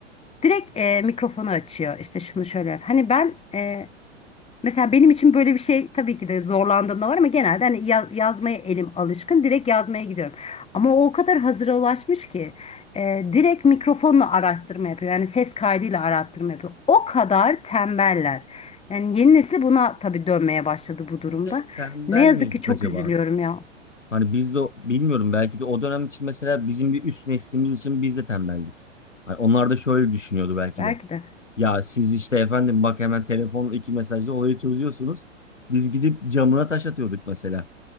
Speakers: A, on the left; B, on the left.
A: direkt e, mikrofonu açıyor. İşte şunu şöyle. yap. Hani ben e, mesela benim için böyle bir şey tabii ki de zorlandığımda var ama genelde hani ya- yazmaya elim alışkın. Direkt yazmaya gidiyorum. Ama o o kadar hazıra ulaşmış ki e, direkt mikrofonla araştırma yapıyor. Yani ses kaydıyla araştırma yapıyor. O kadar tembeller. Yani yeni nesil buna tabii dönmeye başladı bu durumda.
B: Biz de tembel
A: Ne yazık
B: miyiz
A: ki çok
B: acaba?
A: üzülüyorum ya.
B: Hani biz de bilmiyorum belki de o dönem için mesela bizim bir üst neslimiz için biz de tembeldik. Hani onlar da şöyle düşünüyordu belki
A: Belki
B: de.
A: de.
B: Ya siz işte efendim bak hemen telefonla iki mesajla olayı çözüyorsunuz. Biz gidip camına taş atıyorduk mesela.